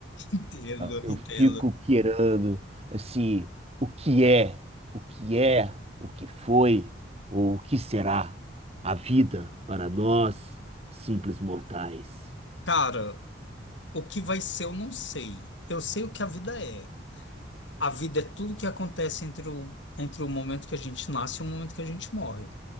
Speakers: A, on the left; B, on the right.
A: Entendo,
B: Eu
A: entendo.
B: fico querendo, assim, o que é, o que é, o que foi ou o que será a vida para nós, simples mortais,
A: Cara, o que vai ser eu não sei. Eu sei o que a vida é. A vida é tudo que acontece entre o, entre o momento que a gente nasce e o momento que a gente morre.